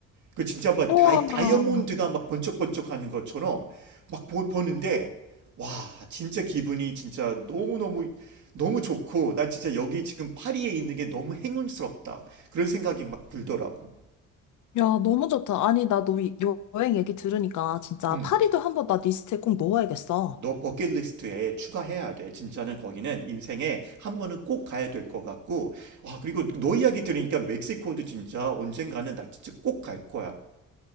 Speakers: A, on the right; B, on the left.
A: 그 진짜 막
B: 우와.
A: 다이, 다이아몬드가 막 번쩍번쩍 하는 것처럼 막 보, 보는데, 와, 진짜 기분이 진짜 너무너무, 너무 좋고, 난 진짜 여기 지금 파리에 있는 게 너무 행운스럽다. 그런 생각이 막 들더라고.
B: 야, 너무 좋다. 아니, 나너 여행 얘기 들으니까 진짜
A: 음,
B: 파리도 한번 나 리스트에 꼭 넣어야겠어.
A: 너 버킷리스트에 추가해야 돼. 진짜는 거기는 인생에 한 번은 꼭 가야 될 것 같고. 아, 그리고 너 이야기 들으니까 멕시코도 진짜 언젠가는 나 진짜 꼭 갈 거야.